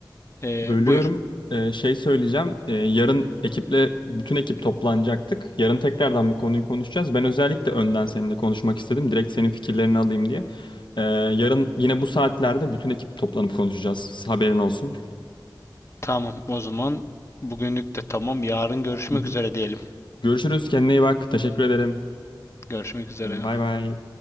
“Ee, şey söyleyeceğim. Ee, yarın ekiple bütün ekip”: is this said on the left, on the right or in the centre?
Left